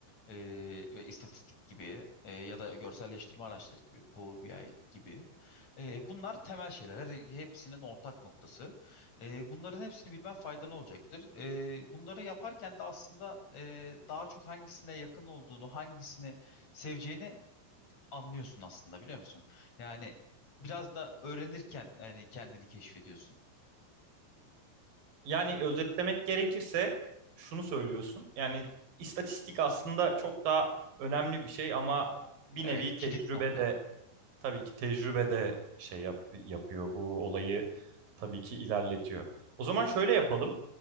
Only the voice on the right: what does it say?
Yani özetlemek gerekirse şunu söylüyorsun. Yani istatistik aslında çok daha önemli bir şey ama bir
nevi
tecrübe
de Tabii ki tecrübe de şey yap- yapıyor bu olayı tabii ki ilerletiyor. O zaman şöyle yapalım.